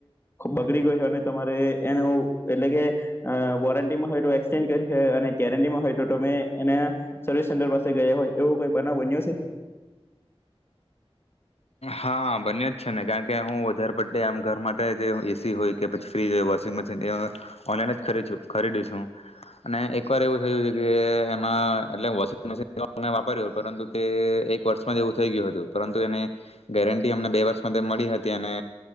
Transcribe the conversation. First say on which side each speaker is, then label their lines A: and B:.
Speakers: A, on the left (about 25°); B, on the left (about 90°).
A: બગડી ગઈ હોય અને તમારે એનું એટલે કે, વોરંટીમાં હોય તો એક્સચેન્જ કરી હોય અને ગેરંટીમાં હોય તો તમે એના સર્વિસ સેન્ટર પાસે ગયા હોય એવો કોઈ બનાવ બન્યો છે.
B: હા બન્યો જ છે ને કારણકે હું વધારે પડે આમ ઘર માટે જે એ સી હોય કે પછી ફ્રીજ હોય વોશિંગ મશીન એ, ઓનલાઈન જ ખરીું ખરીદ્યું છું અને એકવાર એવું થયું હતું કે એમાં એટલે વોશિંગ મશીન વાપર્યું હો પરંતુ તે એક વર્ષમાં જ એવું થઈ ગયું હતું પરંતુ એને ગેરંટી અમને બે વર્ષમાં મળી હતી અને,